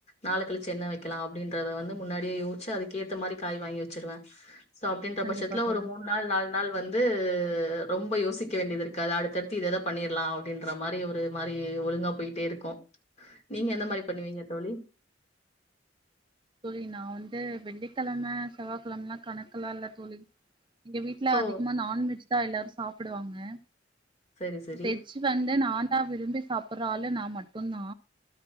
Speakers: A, on the left (about 35°); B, on the right (about 25°).
A: நாளக்கழிச்சு என்ன வெக்கலா அப்டின்றத வந்து முன்னாடியே யோசிச்சு அதுக்கேத்த மாரி காய் வாங்கி வெச்சுருவே சோ அப்டின்ற
B: கண்டிப்பா
A: பட்சத்துல
B: தோழி
A: ஒரு மூண் நாள் நாலு நாள் வந்து ரொம்ப யோசிக்க வேண்டியதிருக்காது அடுத்தடுத்து இத இத பண்ணிர்லா அப்டின்ற மாரி ஒரு மாரி ஒழுங்கா போய்ட்டே இருக்கு நீங்க எந்த மாரி பண்ணுவிங்க தோழி
B: தோழி நா வந்து வெள்ளிக்கெழம செவ்வாகெழமெலா கணக்குலா இல்ல தோழி எங்க வீட்ல
A: ஓ
B: அதிகமா நான்வெஜ் தா எல்லாரு சாப்டுவாங்க
A: சரி சரி
B: வெஜ் வந்து நாந்தா விரும்பி சாப் ஒராளு நா மட்டுந்தா